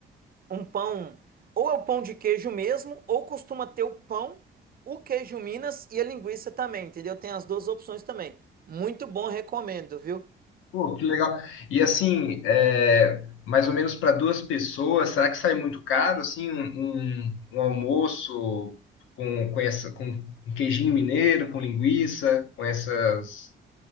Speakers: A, on the right; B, on the left.
A: um pão, ou é o pão de queijo mesmo, ou costuma ter o pão, o queijo Minas e a linguiça também, entendeu? Tem as duas opções também. Muito bom, recomendo, viu?
B: Pô, que legal. E assim, é, mais ou menos para duas pessoas, será que sai muito caro, assim, um, um- um almoço com, com essa, com um queijinho mineiro, com linguiça, com essas,